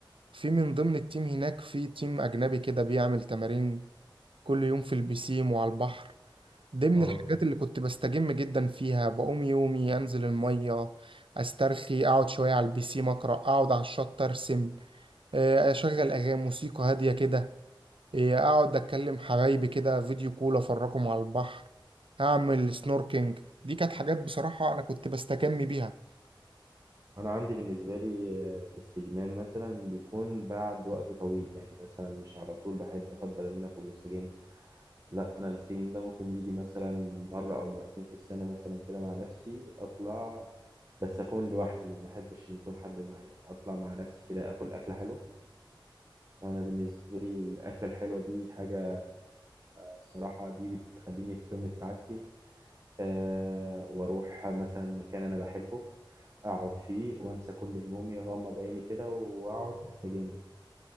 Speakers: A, on the right; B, on the right.
A: في من ضمن التيم هناك في تيم أجنبي كده بيعمل تمارين كل يوم في البسيم وعلى البحر دي من
B: اه
A: الحاجات اللي كنت بستجم جدا فيها بقوم يومي أنزل المية أسترخي أقعد شوية على البسيم أقرأ أقعد على الشط أرسم آه، أشغل أغاني موسيقى هادية كده إيه، اقعد اتكلم حبايبي كده فيديو كول افرجهم على البحر اعمل سنوركينج دي كانت حاجات بصراحة انا كنت بستكمي بيها
B: انا عندي بالنسبه لي آه، الاستجمام مثلا بيكون بعد وقت طويل يعني مثلا مش على طول بحب افضل ان انا اكون مستجم لا انا الاستجمام ده ممكن يجي مثلا مره او مرتين في السنه مثلا كده مع نفسي اطلع بس اكون لوحدي ما احبش ان يكون حد معايا اطلع مع نفسي كده اكل اكله حلوه انا بالنسبه لي الاكله الحلوه دي حاجه الصراحه دي بتخليني في قمه سعادتي أه واروح مثلا مكان انا بحبه اقعد فيه وانسى كل همومي اغمض عيني كده واقعد استجم